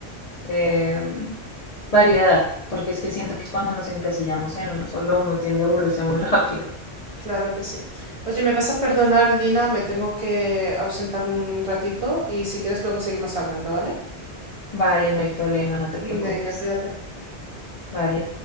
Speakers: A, on the left (about 50°); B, on the right (about 45°).
A: eh, variedad, porque es que siento que cuando nos encasillamos en uno solo, uno tiende a aburrirse muy <laughs> rápido.
B: Claro que sí. Oye, ¿me vas a perdonar, Lina? Me tengo que ausentar un ratito y si quieres luego seguimos hablando, ¿vale?
A: Vale, no hay problema, no te preocupes.
B: Venga, cuídate.
A: Vale.